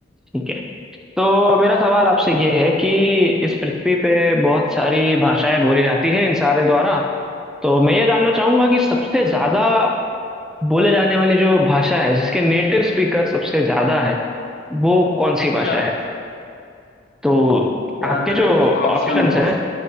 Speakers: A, in the centre; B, on the left.
A: ठीक है तो मेरा सवाल आपसे ये है कि इस पृथ्वी पे बहुत सारी भाषाएं बोली जाती हैं इंसानों द्वारा तो मैं ये जानना चाहूंगा कि सबसे ज्यादा बोले जाने वाली जो भाषा है जिसके नेटिव स्पीकर सबसे ज्यादा है वो कौन
B: अच्छा
A: सी भाषा है तो
B: यार
A: आपके जो
B: ऑप्शन
A: ऑप्शंस
B: दो
A: हैं